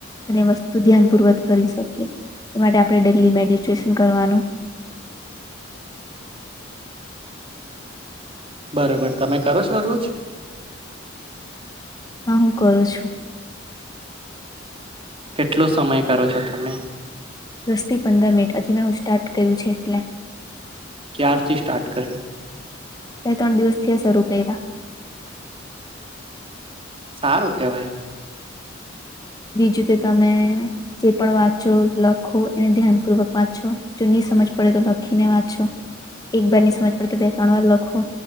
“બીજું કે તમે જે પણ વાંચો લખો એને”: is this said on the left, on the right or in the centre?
Left